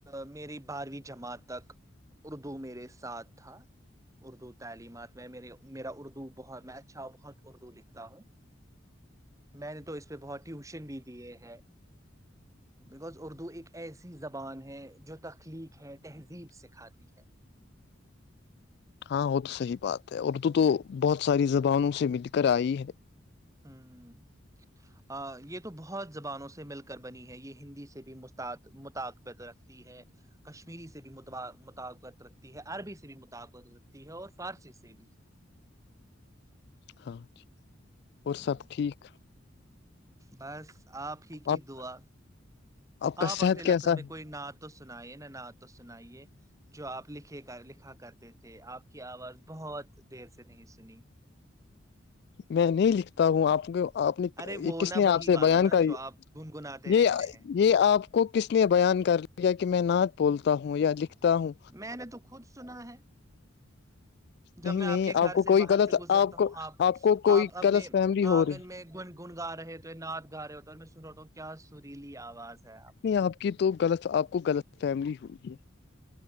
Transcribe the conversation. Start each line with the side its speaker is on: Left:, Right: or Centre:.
Right: میری بارہویں جماعت تک اردو میرے ساتھ تھا اردو تعلیمات میں میرے میرا اردو بہت میں اچھا بہت اردو لکھتا ہوں میں نے تو پہ بہت ٹیوشن بھی دیے ہیں بکاز اردو ایک ایسی زبان ہے جو تخلیق ہے تہذیب سکھاتی ہے
Left: ہاں وہ تو صحیح بات ہے اردو تو بہت ساری زبانوں سے مل کر آئی ہے
Right: ہ آ، یہ تو بہت زبانوں سے مل کر بنی ہے یہ ہندی سے بھی م مطقبت رکھتی ہے کشمیری سے بھی مطقبت رکھتی ہے عربی سے بھی مطقبت رکھتی ہے اور فارسی سے بھی
Left: ہاں
Right: ہوں،
Left: اور سب ٹھیک
Right: بس آپ ہی کی
Left: آپ
Right: دعا
Left: کا
Right: آپ
Left: صحت
Right: اپنے لفظ
Left: کیسا
Right: میں
Left: ہے
Right: کوئی نع تو سنائیے نا نہ تو سنائیے جو آپ لکھے لکھا کرتے تھے آپ کی آواز بہت دیر سے نہیں سنی
Left: میں نہیں لکھتا ہوں آپ کو آپ نے
Right: ارے
Left: یہ
Right: وہ
Left: کس
Right: نہ
Left: نے
Right: وہی
Left: آپ سے
Right: والا
Left: بیان
Right: نا
Left: کر
Right: جو آپ گنگناتے
Left: یہ
Right: رہتے ہیں
Left: یہ آپ کو کس نے بیان کر کہ میں نعت بولتا ہوں یا لکھتا ہوں
Right: میں نے تو خود سنا ہے جب
Left: نہیں
Right: میں
Left: نہیں
Right: آپ کے گھر
Left: کو
Right: سے
Left: کوئی
Right: باہر
Left: غلط
Right: سے گزرتا
Left: کو
Right: ہوں آپ
Left: کو کوئی
Right: آپ اپنے
Left: غلط فیملی ہو
Right: آنگن
Left: رہی ہے،
Right: میں گنگن گا رہے ہو نعاد گا رہے ہوتے اور میں سن رہتا ہوں کیا سریلی آواز ہے
Left: نہیں آپ کی تو غلط آپ کو غلط فیملی ہوگی ہے